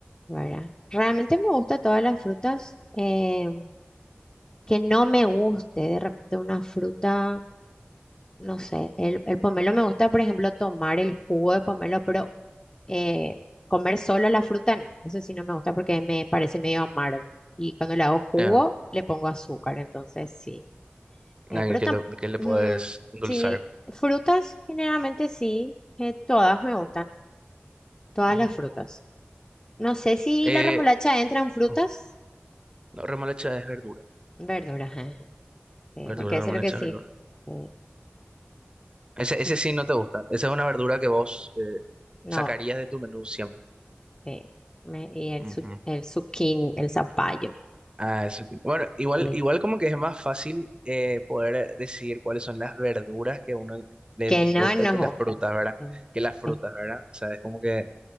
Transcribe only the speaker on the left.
¿verdad? Realmente me gusta todas las frutas. eh, que no me guste de repente una fruta. no sé, el, el pomelo me gusta, por ejemplo, tomar el jugo de pomelo, pero eh, comer solo la fruta no. Eso sí no me gusta porque me parece medio amargo. Y cuando le hago jugo,
le pongo azúcar, entonces sí. Eh,
pero
tam-
mm,
sí, frutas generalmente sí, eh, todas me gustan, todas
las frutas. No sé si
la remolacha entra en frutas,
verduras, <laughs> Sí,
porque eso
es lo que sí.
eh,
por-
no.
eh, me- y el,
zu- el zucchini, el zapallo,
eh,
que
no nos
gusta.
eh,
eh,